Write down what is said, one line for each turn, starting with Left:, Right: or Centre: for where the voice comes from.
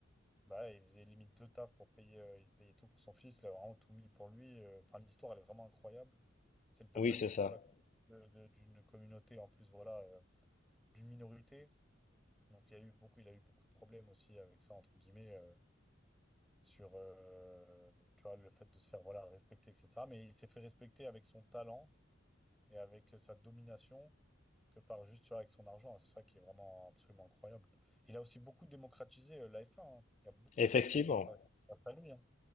Centre: bah, ouais, il faisait limite deux tafs pour payer, euh, il payait tout pour son fils, il a vraiment tout mis pour lui. euh, Enfin, l'histoire, elle est vraiment incroyable. C'est une personne
Left: Oui, c'est
Centre: issue
Left: ça.
Centre: de la, de- de- d'une communauté, en plus, voilà, euh, d'une minorité. Donc il y a eu beaucoup, il a eu beaucoup de problèmes aussi avec ça, entre guillemets, euh, sur euh, tu vois, le fait de se faire voilà, respecter, etc. Mais il s'est fait respecter avec son talent et avec euh, sa domination que par juste tu vois, avec son argent. C'est ça qui est vraiment absolument incroyable. Il a aussi beaucoup démocratisé euh, la F1. hein. Il y a beaucoup
Left: Effectivement.
Centre: de gens qui ont commencé à regarder à lui. hein.